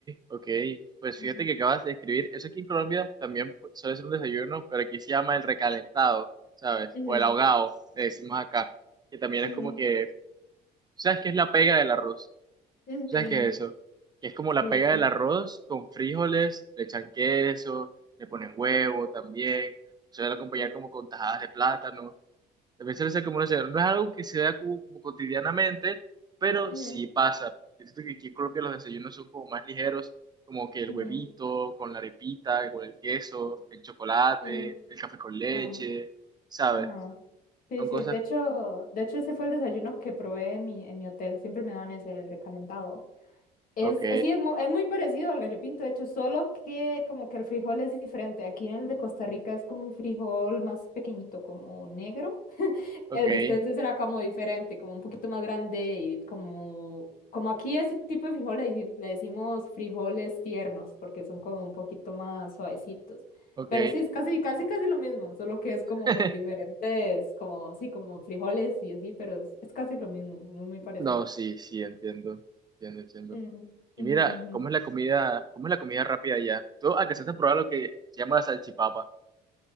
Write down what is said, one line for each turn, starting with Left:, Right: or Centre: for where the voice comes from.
Right: ok. Pues
Left: Ujú.
Right: fíjate que acabas de escribir, eso aquí en Colombia también pu- suele ser un desayuno, pero aquí se llama el recalentado, ¿sabes?
Left: Ujú,
Right: O el ahogado, le decimos acá, que también
Left: ujú,
Right: es como que, ¿tú ¿sabes qué es la pega del arroz?
Left: ujú,
Right: ¿Tú
Left: ujú.
Right: ¿Sabes qué es eso? Que es como la
Left: Sí,
Right: pega
Left: sí.
Right: del arroz con frijoles, le echan queso, le ponen huevo también, suele acompañar
Left: Ujú,
Right: como con tajadas de plátano. La violencia es como una señal. No es algo que se da como, como cotidianamente, pero
Left: ujú,
Right: sí pasa. Siento que aquí creo que los desayunos son como más ligeros, como que el
Left: ujú,
Right: huevito con la arepita, con el queso, el chocolate,
Left: ujú, ujú.
Right: el café con leche,
Left: Ah.
Right: ¿sabes?
Left: Ajá. Sí,
Right: Son
Left: sí,
Right: cosas...
Left: de hecho, de hecho ese fue el desayuno que probé en mi, en mi hotel, siempre me dan ese, el recalentado. Es,
Right: Ok,
Left: es, sí, es, mu- es muy parecido al gallo pinto, de hecho, solo que como que el frijol es diferente. Aquí en el de Costa Rica es como un frijol más pequeñito, como negro.
Right: ok,
Left: El de ustedes será como diferente, como un poquito más grande y como, como aquí ese tipo de frijoles le, le decimos frijoles tiernos porque son como un poquito más suavecitos.
Right: ok.
Left: Pero sí, es casi, casi, casi lo mismo, solo que es como
Right: <laughs>
Left: con diferentes, como, sí, como frijoles y así, pero es, es casi lo mismo, muy, muy parecido.
Right: No, sí, sí, entiendo, entiendo, entiendo.
Left: Mm,
Right: Y
Left: ujú,
Right: mira,
Left: ujú.
Right: ¿cómo es la comida, cómo es la comida rápida allá? Tú alcanzaste a probar lo que se llama la salchipapa.